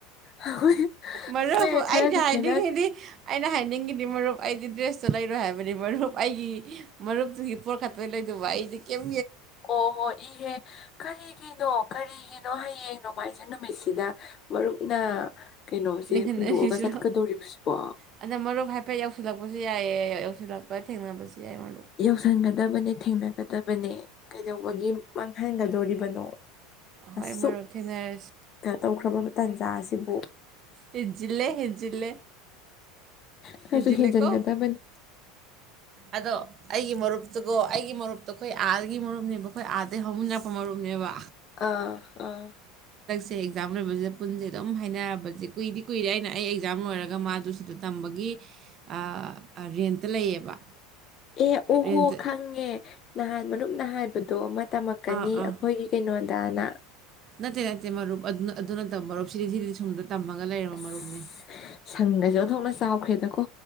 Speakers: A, on the left; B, on the right.
A: ꯑꯩꯈꯣꯏ
B: ꯃꯔꯨꯞ
A: ꯑꯩꯈꯣꯏ ꯈꯔꯗꯤ
B: ꯑꯩꯅ ꯍꯥꯏꯅꯤꯡꯉꯤꯗꯤ
A: ꯈꯦꯠꯅꯔꯦ
B: ꯑꯩꯅ ꯍꯥꯏꯅꯤꯡꯉꯤꯗꯤ ꯃꯔꯨꯞ ꯑꯩꯗꯤ ꯗ꯭ꯔꯦꯁꯇꯣ ꯂꯩꯔꯣꯏ ꯍꯥꯏꯕꯅꯤ ꯃꯔꯨꯞ ꯑꯩꯒꯤ ꯃꯔꯨꯞꯇꯨꯒꯤ ꯄꯣꯠ ꯑꯗꯨꯗꯩ ꯂꯩꯗꯧꯕ ꯑꯩꯥꯗꯤ ꯀꯦꯝ
A: ꯑꯣꯍꯣ ꯏꯍꯦ ꯀꯔꯤꯒꯤꯅꯣ ꯀꯔꯤꯒꯤꯅꯣ ꯍꯌꯦꯡ ꯅꯨꯡꯃꯥꯏꯖꯤꯡ ꯅꯨꯃꯤꯠ ꯃꯤꯠꯁꯤꯗ ꯃꯔꯨꯞꯅ ꯀꯩꯅꯣꯁꯦ
B: ꯅꯤꯡꯍꯟꯅꯔꯤꯁꯤꯔꯣ
A: ꯍꯨꯟꯗꯣꯛꯑꯒ ꯆꯠꯀꯗꯣꯔꯤꯕꯁꯤꯕꯣ
B: ꯑꯗ ꯃꯔꯨꯞ ꯍꯥꯏꯐꯦꯠ ꯌꯧꯁꯤꯜꯂꯛꯄꯁꯨ ꯌꯥꯏꯌꯦ ꯌꯧꯁꯤꯜꯂꯛꯄ ꯊꯦꯡꯅꯕꯁꯨ ꯌꯥꯏ ꯃꯔꯨ
A: ꯌꯧꯁꯟꯒꯗꯕꯅꯦ ꯊꯦꯡꯅꯒꯗꯕꯅꯦ ꯀꯩꯗꯧꯕꯒꯤ ꯃꯥꯡꯍꯟꯒꯗꯣꯔꯤꯕꯅꯣ
B: ꯍꯣꯏ
A: ꯑꯁꯨꯛ
B: ꯃꯔꯨꯞ ꯊꯦꯡꯅꯔꯁꯤ
A: ꯀꯩꯅꯣ ꯇꯧꯈ꯭ꯔꯕ ꯇꯥꯟꯖꯥꯁꯤꯕꯨ
B: ꯍꯦꯟꯖꯤꯜꯂꯦ ꯍꯦꯟꯖꯤꯜꯂꯦ
A: ꯈꯔꯁꯨ
B: ꯍꯦꯟꯖꯤꯜꯂꯦꯀꯣ
A: ꯍꯦꯟꯖꯟꯒꯗꯕꯅꯤ
B: ꯑꯗꯣ ꯑꯩꯒꯤ ꯃꯔꯨꯞ ꯑꯗꯨꯒꯣ ꯑꯩꯒꯤ ꯃꯔꯨꯞꯇꯣ ꯑꯩꯈꯣꯏ ꯑꯥꯗꯒꯤ ꯃꯔꯨꯞꯅꯦꯕ ꯑꯩꯈꯣꯏ ꯑꯥꯗꯒꯤ ꯍꯧꯃꯤꯟꯅꯔꯛꯄ ꯃꯔꯨꯞꯅꯦꯕ
A: ꯑꯥ ꯑꯥ
B: ꯁꯦ ꯑꯦꯛꯖꯥꯝ ꯂꯣꯏꯕꯁꯤꯗ ꯄꯨꯟꯁꯦ ꯑꯗꯨꯝ ꯍꯥꯏꯅꯔꯕꯁꯦ ꯀꯨꯏꯗꯤ ꯀꯨꯏꯔꯦ ꯑꯩꯅ ꯑꯩ ꯑꯦꯛꯖꯥꯝ ꯂꯣꯏꯔꯒ ꯃꯥꯗꯨ ꯁꯤꯗ ꯇꯝꯕꯒꯤ ꯑꯥ ꯔꯦꯟꯇ ꯂꯩꯌꯦꯕ
A: ꯑꯦ ꯑꯣꯍꯣ
B: ꯔꯦꯟꯇ
A: ꯈꯪꯉꯦ ꯅꯍꯥꯟ ꯃꯔꯨꯞꯅ ꯍꯥꯏꯕꯗꯣ ꯑꯃ ꯇꯝꯃꯛꯀꯅꯤ
B: ꯑꯥ ꯑꯥ
A: ꯑꯩꯈꯣꯏꯒꯤ ꯀꯩꯅꯣ ꯇꯅꯥ
B: ꯅꯠꯇꯦ ꯅꯠꯇꯦ ꯃꯔꯨꯞ ꯑꯗꯨ ꯑꯗꯨ ꯅꯠꯇꯕ ꯃꯔꯨꯞ ꯁꯤꯗꯩꯁꯤꯗꯤ <unintelligible> ꯇꯝꯃꯒ ꯂꯩꯔꯕ
A: ꯑꯁ
B: ꯃꯔꯨꯞꯅꯤ
A: ꯁꯪꯒꯁꯦ ꯑꯣꯟꯊꯣꯛꯅ ꯆꯥꯎꯈ꯭ꯔꯦꯗꯀꯣ